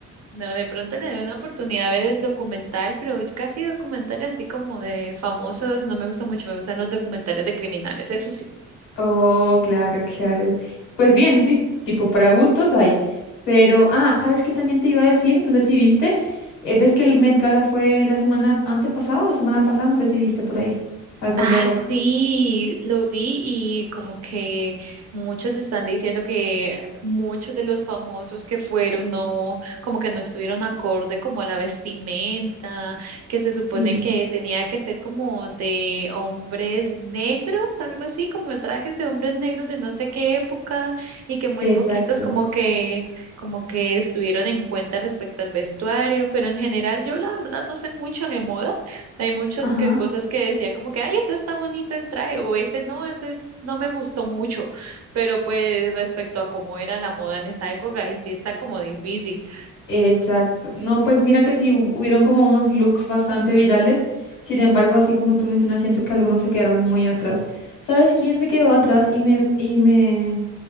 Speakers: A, on the right; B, on the left.
A: no, de pronto le doy una oportunidad a ver el documental, pero casi documentales así como de famosos, no me gusta mucho, me gustan los documentales de criminales, eso sí.
B: Oh, claro, claro. Pues bien, sí, tipo para gustos hay. Pero, ah, ¿sabes qué también te iba a decir? No sé si viste. eh, ¿ves que el Met Gala fue la semana antepasada o la semana pasada? No sé si viste por ahí. La alfombra
A: Ah,
B: roja.
A: sí, lo vi y como que muchos están diciendo que muchos de los famosos que fueron no, como que no estuvieron acorde como a la vestimenta, que se supone
B: Sí,
A: que tenía que ser como de hombres negros, algo así, como trajes de hombres negros de no sé qué época y que muy
B: exacto.
A: poquitos como que como que estuvieron en cuenta respecto al vestuario, pero en general yo la verdad no sé mucho de moda. Hay muchas
B: Ajá,
A: que, cosas que decía como que, ay, ese está bonito el traje, o ese no, ese es- no me gustó mucho, pero pues respecto a cómo era la moda en esa época, y sí está como difícil.
B: exacto. No, pues mira que sí, hu- hubieron como unos looks bastante virales. Sin embargo, así como tú mencionas, siento que algunos se quedaron muy atrás. ¿Sabes quién se quedó atrás y me, y me